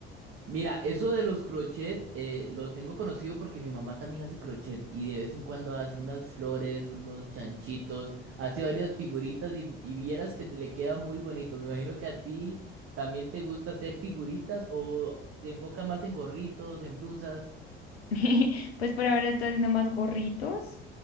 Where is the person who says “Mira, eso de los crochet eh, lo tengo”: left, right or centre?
Right